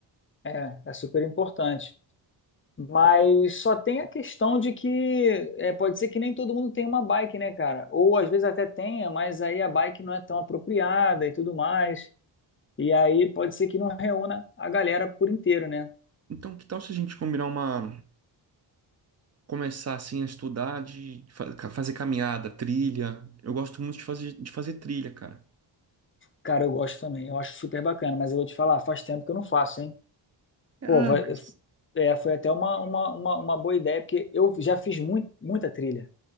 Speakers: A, on the left (about 25°); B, on the right (about 35°).
A: É, é super importante. Mas só tem a questão de que é, pode ser que nem todo mundo tenha uma bike, né, cara? Ou às vezes até tenha, mas aí a bike não é tão apropriada e tudo mais. E aí pode ser que não reúna a galera por inteiro, né?
B: Então, que tal se a gente combinar uma, começar assim a estudar de fa- ca- fazer caminhada, trilha? Eu gosto muito de fazer, de fazer trilha, cara.
A: Cara, eu gosto também, eu acho super bacana, mas eu vou te falar, faz tempo que eu não faço, hein?
B: Ah,
A: Pô, vai-
B: mas,
A: é, foi até uma, uma, uma, uma boa ideia, porque eu já fiz muito, muita trilha.